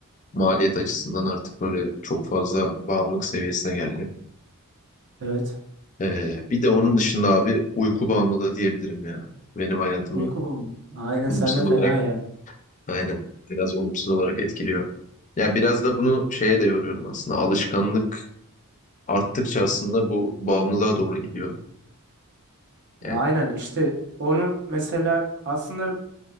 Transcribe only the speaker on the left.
maliyet açısından artık böyle çok fazla bağımlılık seviyesine geldi.
Ee, bir de onun dışında abi uyku bağımlılığı diyebilirim ya. Benim hayatımı
olumsuz
olarak
Aynen. Biraz olumsuz olarak etkiliyor. Ya biraz da bunu şeye de yoruyorum aslında. Alışkanlık arttıkça aslında bu bağımlılığa doğru gidiyor.
Yani